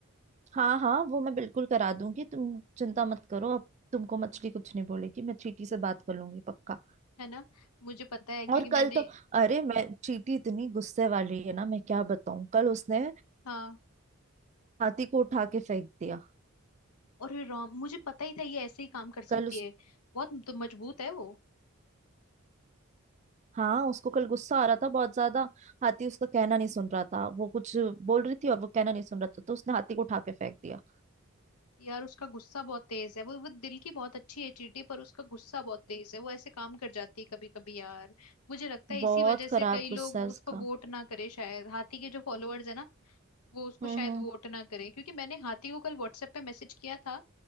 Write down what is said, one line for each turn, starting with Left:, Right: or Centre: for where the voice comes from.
Right: हाँ हाँ वो मैं बिल्कुल करा दूंगी तुम चिंता मत करो अब तुमको मछली कुछ नहीं बोलेगी मैं चीटी से बात कर लूंगी पक्का
Left: है ना मुझे पता है क्योंकि
Right: और कल
Left: मैंने
Right: तो अरे मैं चीटी इतनी गुस्से वाली है ना मैं क्या बताऊं कल उसने
Left: हाँ
Right: हाथी को उठा के फेंक दिया
Left: और ये राम मुझे पता ही था ये ऐसे ही काम कर सकती
Right: कल उस
Left: है बहुत तो मजबूत है वो
Right: हाँ उसको कल गुस्सा आ रहा था बहुत ज्यादा हाथी उसका कहना नहीं सुन रहा था वो कुछ बोल रही थी और वो कहना नहीं सुन रहा था तो उसने हाथी को उठा के फेंक दिया
Left: यार उसका गुस्सा बहुत तेज है वो वो दिल की बहुत अच्छी है चींटी पर उसका गुस्सा बहुत तेज है वो ऐसे काम कर जाती है कभी कभी यार मुझे लगता है इसी
Right: बहुत
Left: वजह से
Right: खराब
Left: कई
Right: गुस्सा
Left: लोग
Right: है
Left: उसको
Right: उसका
Left: वोट ना करे शायद हाथी के जो फॉलोअर्स है ना वो उसको
Right: हम्म
Left: शायद
Right: हम्म
Left: वोट ना करे क्योंकि मैंने हाथी को कल व्हाट्सएप पे मैसेज किया था